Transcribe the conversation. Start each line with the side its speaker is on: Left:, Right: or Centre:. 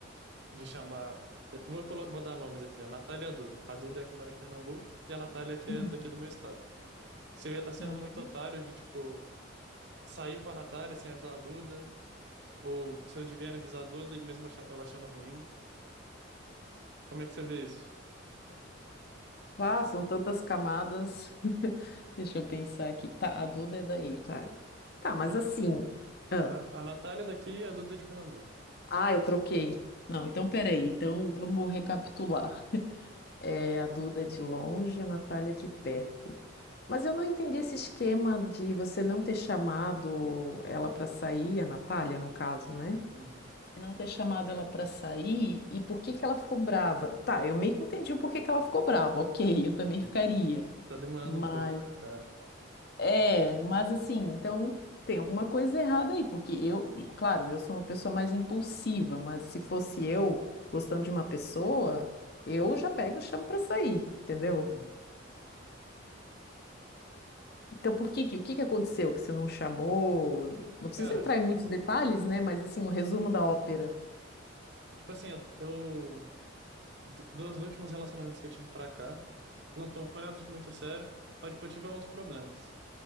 Right: de chamar Vou, colo- vou dar nomes aqui, a Natália e a Duda. A Duda é a que mora em Pernambuco e a Natália é que
Left: Hum.
Right: é daqui do meu estado. Se eu ia estar sendo
Left: Ah,
Right: muito otário de, tipo, sair com a Natália sem avisar a Duda, ou se eu devia avisar a Duda e mesmo acha- ela achando ruim, como é que você vê isso?
Left: ah, são tantas camadas. <laughs> Deixa eu pensar aqui. Tá, a Duda é daí, tá? Tá, mas
Right: Não.
Left: assim. Ah,
Right: A, a Natália é daqui e a Duda é de Pernambuco.
Left: ah, eu troquei. Não, então peraí.
Right: Sim.
Left: Então vamos recapitular. É, a Duda é de longe, a Natália é de perto. Mas eu não entendi esse esquema de você não ter chamado ela para sair, a Natália, no caso, né?
Right: Uhum.
Left: Não ter chamado ela para sair e por que que ela ficou brava. Tá, eu meio que entendi o porquê que ela ficou brava. Ok, <laughs> eu também ficaria.
Right: E tá demorando
Left: Mas,
Right: um pouco.
Left: Uhum.
Right: É.
Left: é, mas assim, então tem alguma coisa errada aí, porque eu, claro, eu sou uma pessoa mais impulsiva, mas se fosse eu gostando de uma pessoa, eu já pego e chamo para sair, entendeu?
Right: Uhum.
Left: Então, por que, que- o que que aconteceu que você não chamou? Não precisa
Right: Cara,
Left: entrar em muitos detalhes, né? Mas assim, o resumo da ópera.
Right: tipo assim, eu, eu- do- dos últimos relacionamentos que eu tive pra cá, não tão foi nada de muito sério, mas tipo, eu tive alguns problemas.